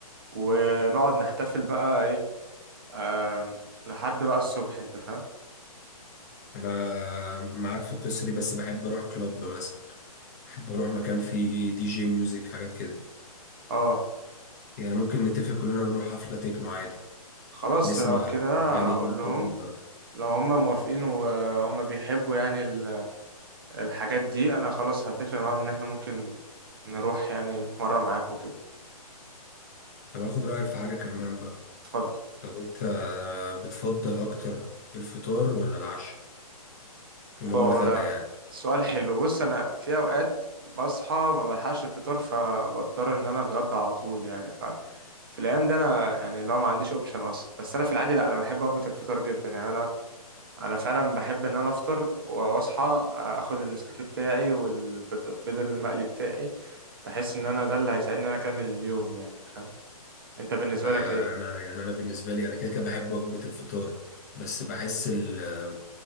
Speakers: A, on the right (about 35°); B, on the left (about 25°).
A: ونقعد نحتفل بقى ايه آم، لحد بقى الصبح انت فاهم
B: انا معاك في القصة دي بس بحب اروح كلوب مثلا بحب اروح مكان فيه دي جي ميوزك حاجات كده
A: اه
B: يعني ممكن نتفق كلنا ونروح حفلة تكنو عادي
A: خلاص
B: نسمع
A: لو كده
B: الاغاني
A: هقول
B: دي وكده
A: لهم لو هما موافقين وهما بيحبوا يعني ال- الحاجات دي انا خلاص هتفق معاهم ان احنا ممكن نروح يعني في مرة معاكوا كده
B: طب اخد رأيك في حاجة كمان بقى
A: اتفضل
B: طب انت بتفضل اكتر الفطار ولا العشاء اللي
A: اه
B: هو الغدا
A: ده
B: يعني
A: سؤال حلو بص انا في اوقات بصحى ما بلحقش الفطار فبضطر ان انا اتغدى على طول يعني ف في الايام دي انا يعني لو ما عنديش اوبشن اصلا بس انا في العادي لا انا بحب وجبة الفطار جدا يعني انا انا فعلا بحب ان انا افطر واصحى اخد النسكافيه بتاعي والبيض المقلي بتاعي بحس ان انا ده اللي هيساعدني ان انا اكمل اليوم يعني فاهم انت بالنسبه
B: ب-
A: لك ايه
B: انا يعني انا بالنسبة لي انا كده كده بحب وجبة الفطار بس بحس ال-